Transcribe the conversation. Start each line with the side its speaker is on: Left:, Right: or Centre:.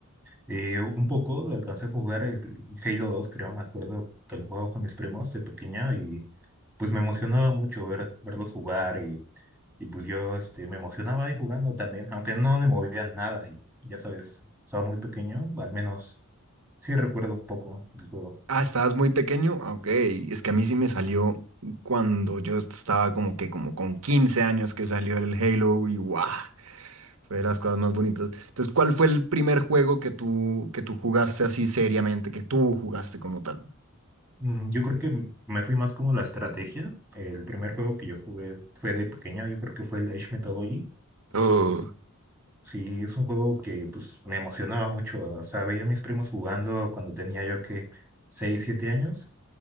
Centre: Eh, un poco lo alcancé a jugar el Halo dos creo, me acuerdo que lo jugaba con mis primos de pequeña y pues me emocionaba mucho ver, verlos jugar y, y pues yo este, me emocionaba ahí jugando también, aunque no le movía nada y ya sabes, estaba muy pequeño, al menos sí recuerdo un poco del juego.
Right: Ah, estabas muy pequeño. Ah, Ok, es que a mí sí me salió cuando yo estaba como que como con 15 años que salió el Halo y ¡guau! Fue de las cosas más bonitas. Entonces, ¿cuál fue el primer juego que tú, que tú jugaste así seriamente, que tú jugaste como tal?
Centre: Mm, Yo creo que m- me fui más como la estrategia. El primer juego que yo jugué fue de pequeño, yo creo que fue el Age Mythology.
Right: Uh,
Centre: Sí, es un juego que pues me emocionaba mucho. O sea, veía a mis primos jugando cuando tenía yo que 6 7 años